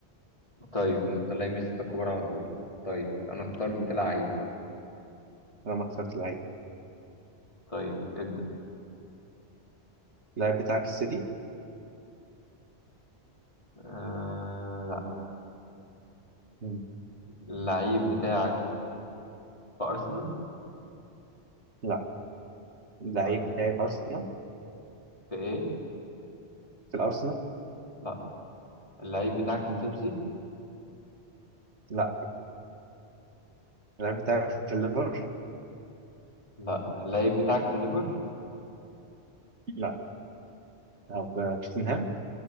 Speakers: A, on the left; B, on the right.
A: طيب نختار لعيب من الستة الكبار على طول طيب انا اخترت
B: مم.
A: لعيب
B: انا ما اخترت اللعيب
A: طيب ابدأ
B: اللعيب بتاعك في السيتي
A: آه...
B: مم.
A: اللعيب بتاعك في أرسنال
B: لا اللعيب
A: طيب
B: بتاعي في أرسنال
A: في إيه
B: في الأرسنال
A: لا اللعيب بتاعك في
B: مم.
A: تشيلسي
B: لا اللعيب بتاعي في الليفر
A: لا اللعيب بتاعك في الليفر
B: لا طب توتنهام